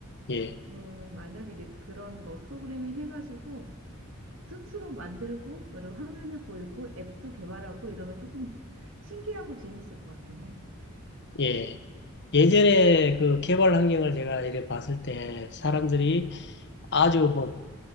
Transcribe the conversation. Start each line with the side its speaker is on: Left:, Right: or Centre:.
Left: 예,
Right: 음, 만약에 이제 그런 거 프로그래밍 해가지고 스스로 만들고 그리고 화면을 보이고 앱도 개발하고 이러면 조금 신기하고 재밌을 것 같긴 해요.
Left: 예. 예전에 그 개발 환경을 제가 이렇게 봤을 때 사람들이 아주 뭐,